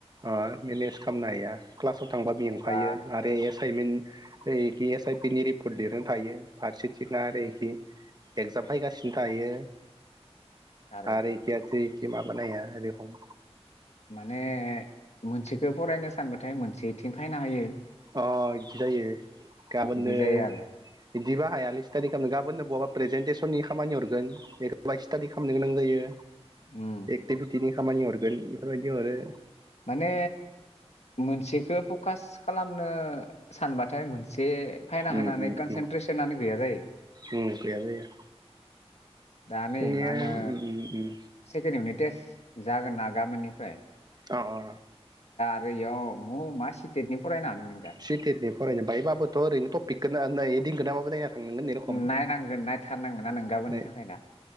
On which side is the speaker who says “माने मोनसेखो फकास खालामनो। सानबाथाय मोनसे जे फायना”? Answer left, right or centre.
Left